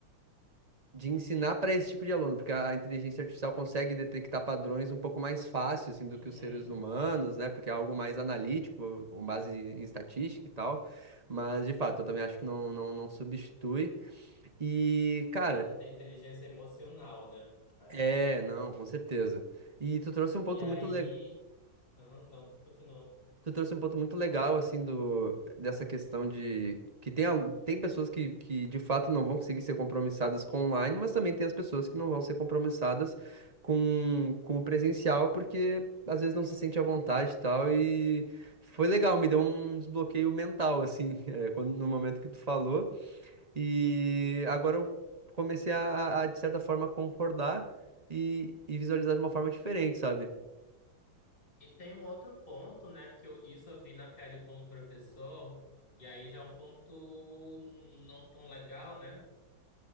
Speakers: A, on the right; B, on the left.
A: de ensinar para esse tipo de aluno, porque a inteligência artificial consegue detectar padrões um pouco mais fácil assim do
B: Uhum.
A: que os seres humanos, né? Porque é algo mais analítico, com base em estatística e tal. Mas de fato, eu também acho que não, não, não substitui. E,
B: Mas
A: cara,
B: ela não tem inteligência emocional, né? É.
A: é, não, com certeza. E tu trouxe um ponto
B: E aí.
A: muito legal.
B: Ah, não, continua.
A: Tu trouxe um ponto muito legal, assim, do, dessa questão de que tem, al- tem pessoas que, que de fato não vão conseguir ser compromissadas com online, mas também tem as pessoas que não vão ser compromissadas com, com o presencial, porque às vezes não se sente à vontade e tal. E foi legal, me deu um desbloqueio mental, assim, <laughs> é, quando, no momento que tu falou. E agora eu comecei a, a, de certa forma, concordar e, e visualizar de uma forma diferente, sabe?
B: E tem um outro ponto, né? Que eu, isso eu vi na pele como professor, e aí já é um ponto não tão legal, né?